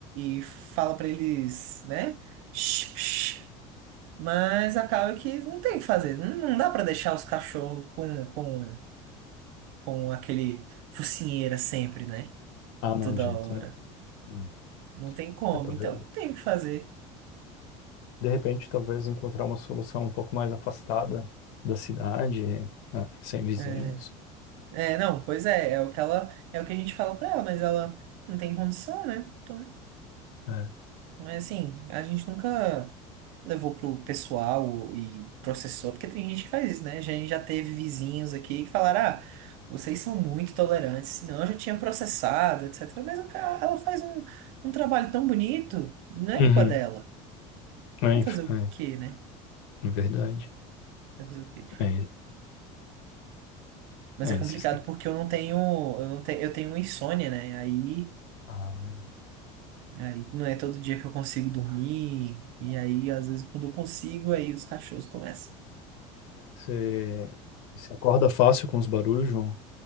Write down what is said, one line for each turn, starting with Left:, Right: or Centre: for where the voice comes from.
Right: e, e fala pra eles, né? Shh, shh. Mas acaba que não tem o que fazer. Não, não dá pra deixar os cachorros com, com, com aquele focinheira sempre, né?
Left: Ah, não,
Right: Toda
Left: de jeito
Right: hora.
Left: nenhum. Hum.
Right: Não tem como,
Left: É, talvez.
Right: então não tem o que fazer.
Left: de repente, talvez encontrar uma solução um pouco mais afastada da cidade, né, sem vizinhos.
Right: É, é, não, pois é, é o que ela, é o que a gente fala pra ela, mas ela não tem condição, né? então
Left: É.
Right: Mas assim, a gente nunca levou pro pessoal e processou, porque tem gente que faz isso, né? A gente já teve vizinhos aqui que falaram, ah, vocês são muito tolerantes, senão eu já tinha processado, etc. Mas o cara, ela faz um, um trabalho tão bonito, não é
Left: Uhum.
Right: culpa dela.
Left: É,
Right: Vai
Left: inf-
Right: fazer o
Left: é,
Right: quê, né?
Left: é verdade.
Right: Vai fazer o quê?
Left: É,
Right: Mas
Left: é
Right: é complicado
Left: esse extremo.
Right: porque eu não tenho, eu não tenho, eu tenho insônia, né? Aí,
Left: Ah, né?
Right: aí não é todo dia que eu consigo dormir, e aí às vezes quando eu consigo, aí os cachorros começam.
Left: Você, você acorda fácil com os barulhos, João?